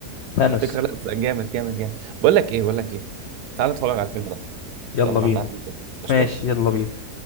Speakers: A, on the left; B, on the right.
A: ثانوس
B: فكره لا جامد جامد جامد بقول لك ايه بقول لك ايه تعالى نتفرج على الفيلم ده
A: يلا
B: بدل ما
A: بينا
B: احنا قاعدين كده. قشطه
A: ماشي يلا بينا